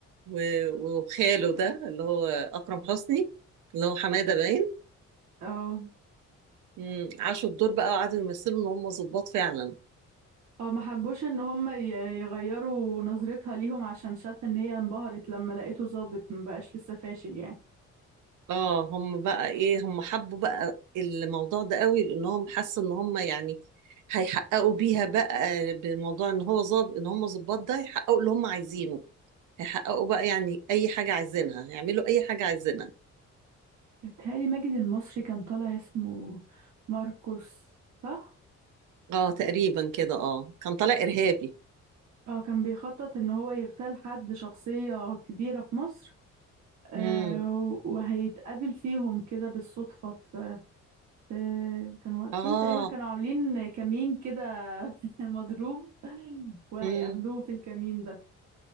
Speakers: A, on the right; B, on the right.
A: و- وخاله ده اللي هو اكرم حسني اللي هو حماده باين
B: اه
A: امم عاشوا الدور بقى وقعدوا يمثلوا ان هم ظباط فعلا
B: اه ما حبوش ان هم ي- يغيروا نظرتها ليهم عشان شاف ان هي انبهرت لما لقيته ظابط مبقاش لسه فاشل يعني
A: اه هم بقى ايه هم حبوا بقى الموضوع ده قوي لانهم حسوا ان هم يعني هيحققوا بيها بقى بموضوع ان هو ظابط ان هم ظباط ده يحققوا اللي هم عايزينه هيحققوا بقى يعني اي حاجة عايزينها هيعملوا اي حاجة عايزينها
B: بيتهيألي ماجد المصري كان طالع اسمه ماركوس صح
A: اه تقريبا كده اه كان طالع ارهابي
B: اه كان بيخطط ان هو يغتال حد شخصية كبيرة في مصر آه،
A: امم
B: وهيتقابل فيهم كده بالصدفة في في- كانوا واقفين
A: اه
B: تقريبا كانوا عاملين كمين كده <laughs> مضروب وهيقابلوه
A: امم
B: في الكمين ده